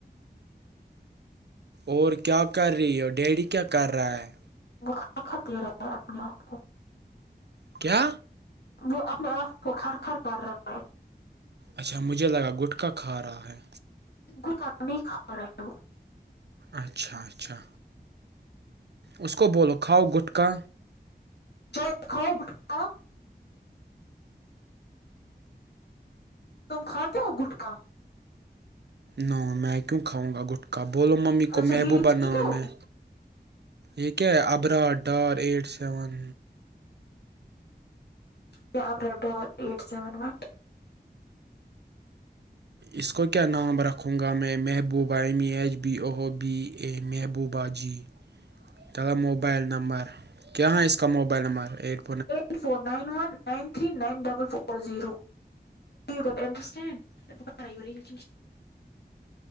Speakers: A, on the right; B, on the left.
A: اور کیا کر رہی اور ڈیری کیا کر رہا ہے
B: <inaudible>
A: کیا
B: وہ اپنے آپ کو کرکھر کر رہا ہے
A: اچھا مجھے لگا گٹکا کھا رہا ہے
B: کوھٹکا نہیں کھا رہا ہے
A: اچھا اچھا اس کو بولو کھاؤ گٹکا
B: <inaudible> کھاتے ہو گٹکا
A: نا میں کیوں کھاؤں گا گٹکا بولو ممی کو
B: اچھا
A: محبوبہ
B: بیڑی پیتے
A: نام
B: ہو
A: ہے یہ کیہ ابرات ڈار ایٹ سیون
B: کیا آبر ڈور ایٹ سیون وٹ
A: اس کو کیا نام رکھوں گا میں محبوبہ امی H B O B A محبوبہ جی چلا موبائل نمبر کیا ہے اس کا موبائل نمبر ایک
B: eight four nine one nine three nine double four zero اسیا نہیں